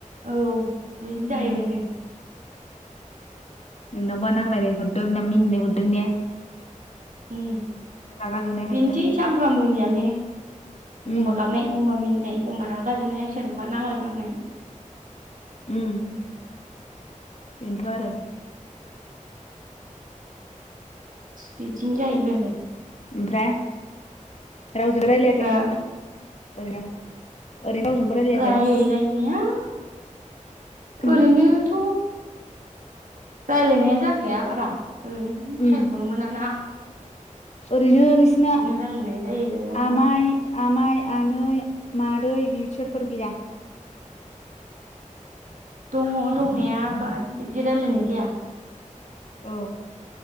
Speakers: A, on the right (about 80°); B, on the left (about 55°).
A: औ बिदिनो जाहैबाय
B: उम
A: आरो।
B: नोंनावबा नांलायनाय हरदों ना मिनिनो हरदों ने?
A: उम्म
B: रागा जोंनाय हरदों
A: बेनोसै सामफ्रामबोनियानो। एखमबा
B: उम
A: गाबनाय एखमबा मिनिनाय एखमबा रागाजोंनाय सोरजोंबा नांलायफ्लांनाय।
B: उम्म। बेनोथ' आरो।
A: बेदिनो जाहैबाय आरो।
B: ओमफ्राय रावजों रायलायाखै
A: हो
B: ओरैनो ओरैनो रावजोंबो रायलायाखै
A: रायलायनाया
B: उम
A: ओरैनोथ' रायलायनाया जाखाया बारा। ओइ
B: उम
A: टाइमखौनो मोना ना।
B: ओरैनो नोंसिना
A: रायलायनाय जायो आरो
B: आमाइ आमाइ आनै मादै बिसोरफोर गैया?
A: दङ दंनाया बाद बिदि रायलायनाय जाया।
B: औ।